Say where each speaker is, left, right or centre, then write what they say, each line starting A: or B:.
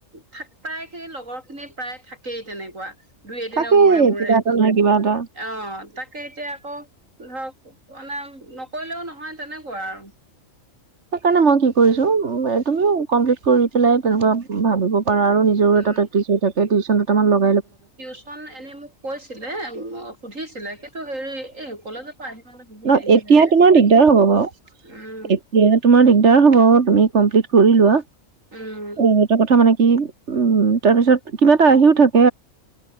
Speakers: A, on the right; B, on the right.
A: থাক প্ৰায় সেই লগৰ খিনি প্ৰায় থাকেই তেনেকুৱা দুই এদিনৰ
B: থাকে
A: মূৰে মূৰে
B: কিবা এটা নহয় কিবা এটা
A: অহ, তাকে এতিয়া আকৌ। ধৰক মানে নকৰিলেও নহয় তেনেকুৱা আৰু।
B: সেইকাৰণে মই কি কৰিছো তুমিও কমপ্লিট কৰি পেলাই তেনেকুৱা ভাবিব পাৰা আৰু নিজৰো
A: উম
B: এটা প্ৰেক্টিছ হৈ থাকে টিউচনত তোমালোক
A: টিউচন এনে মোক কৈছিলে সুধিছিলে কিন্তু হেৰি এই কলেজৰ পৰা আহি পালে বহুত
B: ন'
A: দেৰি হৈ
B: এতিয়া
A: যায় যে
B: তোমাৰ দিগদাৰ হ'ব বাৰু,
A: উম
B: এতিয়া তোমাৰ দিগদাৰ হ'ব তুমি কমপ্লিট কৰিলোৱা।
A: উম
B: অ', এটা কথা মানে উম, তাৰ পিছত কিবা এটা আহিও থাক